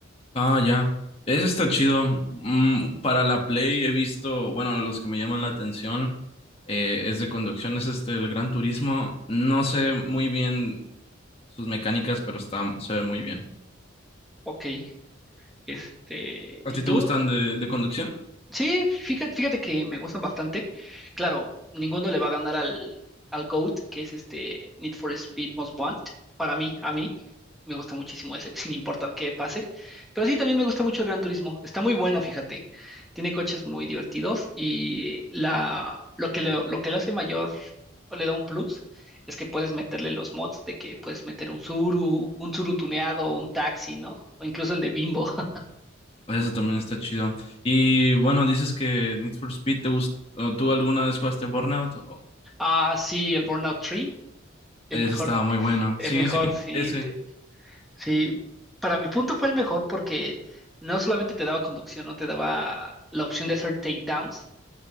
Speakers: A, on the left; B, in the centre.
A: ah, ya. Eso está chido. Mm, para la Play he visto, bueno, los que me llaman la atención eh, es de conducción, es este, el Gran Turismo. No sé muy bien sus mecánicas, pero está, se ve muy bien.
B: Ok, este,
A: ¿A
B: ¿y
A: ti te
B: tú?
A: gustan de, de conducción?
B: Sí, fíjate, fíjate que me gustan bastante. Claro, ninguno le va a ganar al, al GOAT, que es este Need for Speed Most Want. Para mí, a mí, me gusta muchísimo ese, <laughs> sin importar qué pase. Pero sí, también me gusta mucho el Gran Turismo. Está muy bueno, fíjate. Tiene coches muy divertidos y la, lo que lo, lo que le hace mayor o le da un plus es que puedes meterle los mods de que puedes meter un Zuru, un Zuru tuneado, un taxi, ¿no? O incluso el de Bimbo. <laughs>
A: Eso también está chido. Y bueno, dices que Need for Speed te gusta, ¿tú alguna vez jugaste Burnout? Oh,
B: Ah, sí, el Burnout Tree el
A: Eso
B: mejor,
A: estaba muy bueno.
B: El
A: Sí,
B: mejor,
A: sí,
B: sí,
A: ese.
B: te- sí. Para mi punto fue el mejor porque no solamente te daba conducción, no te daba la opción de hacer takedowns.